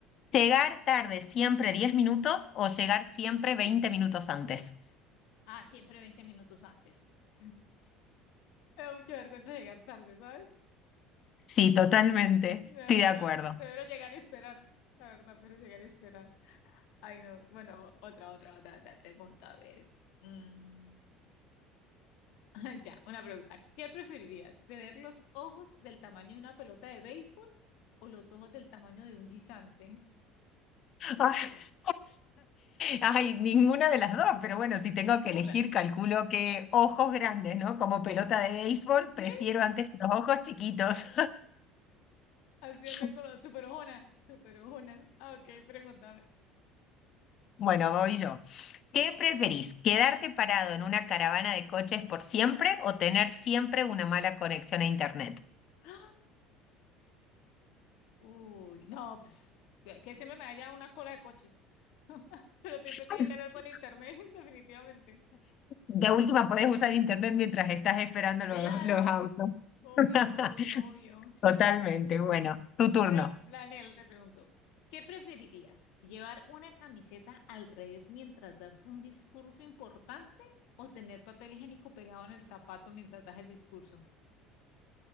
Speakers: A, on the left (about 50°); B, on the left (about 70°).
A: ¿Llegar tarde siempre 10 minutos o llegar siempre 20 minutos antes?
B: Ah, siempre veinte minutos antes. <laughs> Me da mucha vergüenza llegar tarde, ¿sabes?
A: Sí, totalmente.
B: Me da
A: Estoy
B: mucha
A: de acuerdo.
B: vergüenza. Prefiero llegar y esperar. La verdad, prefiero llegar y esperar. Ay, no. Bueno, otra, otra, otra, otra pregunta. A ver. Mm. <laughs> Ya, una pregunta. ¿Qué preferirías? ¿Tener los ojos del tamaño de una pelota de béisbol o los ojos del tamaño de un guisante?
A: <laughs> Ay, ninguna de las dos, pero bueno, si tengo que
B: Una.
A: elegir, calculo que ojos grandes, ¿no? Como pelota de béisbol,
B: <laughs> ¿Sí?
A: prefiero antes que los ojos chiquitos.
B: Así
A: <laughs>
B: anda con los super ojona. Super ojona. Ah, ok, pregúntame. <gasps>
A: Bueno, voy yo. ¿Qué preferís? ¿Quedarte parado en una caravana de coches por siempre o tener siempre una mala conexión a internet?
B: ¡Ah! Uy, no, pues que siempre me haya una cola de coches. <laughs> Pero siempre
A: <laughs>
B: tiene que tener buen internet, <laughs> definitivamente.
A: De última, podés usar internet mientras estás esperando los,
B: Claro,
A: los autos.
B: obvio,
A: <laughs>
B: obvio, obvio, siempre.
A: Totalmente, bueno, tu turno.
B: Ahora, Daniel, te pregunto, ¿qué preferirías? ¿Llevar una camiseta al revés mientras das un discurso importante o tener papel higiénico pegado en el zapato mientras das el discurso?